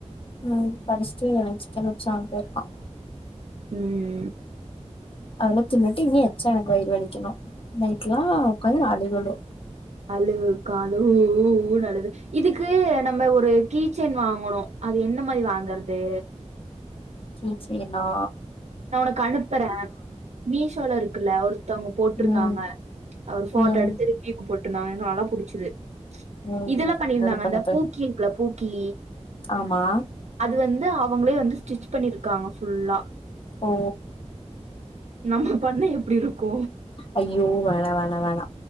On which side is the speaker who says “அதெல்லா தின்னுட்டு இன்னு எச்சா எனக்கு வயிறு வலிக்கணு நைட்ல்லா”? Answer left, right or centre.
Left